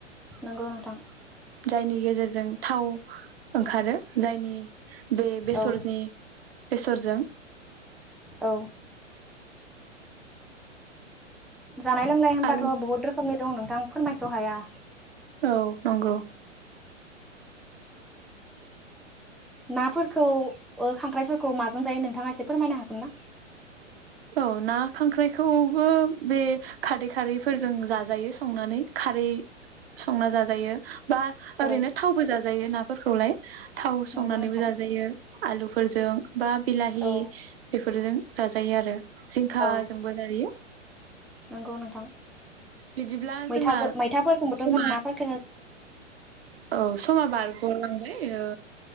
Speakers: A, in the centre; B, on the right.
A: नंगौ नोंथां
B: <inaudible> जायनि गेजेरजों थाव ओंखारो जायनि बे बेसरनि
A: औ
B: बेसरजों <inaudible>
A: औ जानाय लोंनाय होमबाथ'
B: आरो
A: बहुत रोखोमनि दं नोंथां फोरमायस' हाया।
B: औ नंगौ।
A: नाफोरखौ ओ खांख्राइफोरखौ माजों जायो नोंथाङा एसे फोरमायनो हागोन ना?
B: औ ना खांख्राइखौबो बे खारै खारैफोरजों जाजायो संनानै खारै संना जाजायो। बा
A: औ
B: ओरैनो थावबो जाज जायो नाफोरखौलाय। थाव संनानैबो
A: नंगौ नोंथां
B: जाजायो। आलुफोरजों बा बिलाहि
A: औ
B: बे फोरजों जाजायो आरो। जिंखाजोंबो
A: औ
B: जायो
A: नंगौ नोंथां
B: बिदिब्ला
A: मैथाजों
B: जोंना
A: मैथाफोरजोंबोथ'
B: समा
A: जों नाफोरखौनो
B: औ समा बारग'लांबाय। एयो